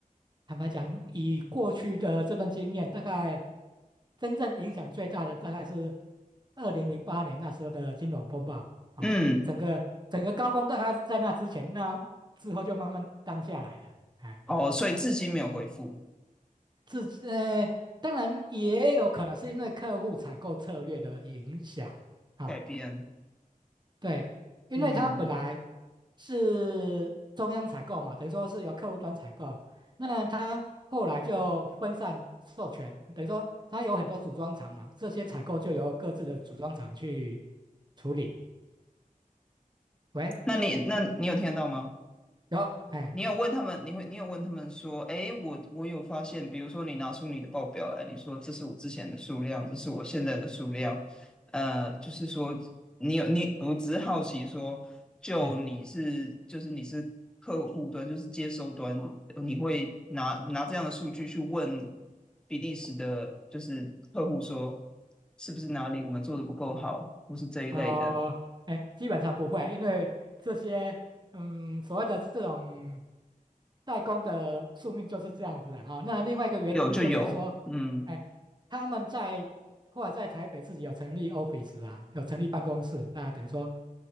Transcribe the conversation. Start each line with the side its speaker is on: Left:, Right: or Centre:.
Right: 坦白讲，以过去的这段经验，大概真正影响最大的大概是二零零八年那时候的金融风暴啊，
Centre: 嗯。
Right: 整个整个高峰大概是在那之前，那之后就慢慢淡下来了。哎，
Centre: 哦，所以至今没有回复
Right: 自呃，当然也有可能是因为客户采购策略的影响啊，
Centre: 改变。
Right: 对，因为它本来
Centre: 嗯，
Right: 是中央采购嘛，等于说是由客户端采购，那它后来就分散授权，等于说它有很多组装厂嘛，这些采购就由各自的组装厂去处理。喂，
Centre: 那你那你有听得到吗？
Right: 有，哎
Centre: 你有问他们，你会，你有问他们说，哎，我我有发现，比如说你拿出你的报表来，你说这是我之前的数量，这是我现在的数量，呃，就是说你有你，我只是好奇说，就你是就是你是客户端，
Right: 哎。
Centre: 就是接收端，你会拿拿这样的数据去问比利时的，就是客户说，是不是哪里我们做的不够好，或是这一类的，
Right: 呃，哎，基本上不会啊，因为这些，嗯，所谓的这种代工的宿命就是这样子的哈。那另外一个原因就是说，
Centre: 有就有，嗯，
Right: 哎，他们在或者在台北自己有成立 office 啊，有成立办公室，那等于说